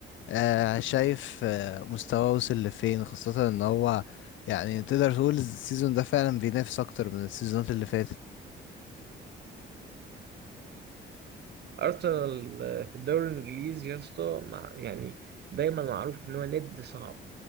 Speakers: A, on the left; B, on the right.
A: آه شايف آه مستواه وصل لفين خاصه ان هو يعني تقدر تقول السيزون ده فعلا بينافس اكتر من السيزونات اللي فاتت
B: أرسنال آه، في الدوري الإنجليزي يا اسطى مع- يعني دايما معروف إن هو ند صعب